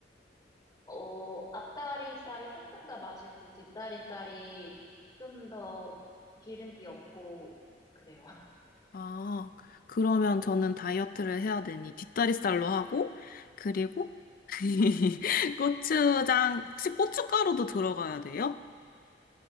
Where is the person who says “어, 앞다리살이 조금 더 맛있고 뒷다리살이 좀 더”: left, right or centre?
Left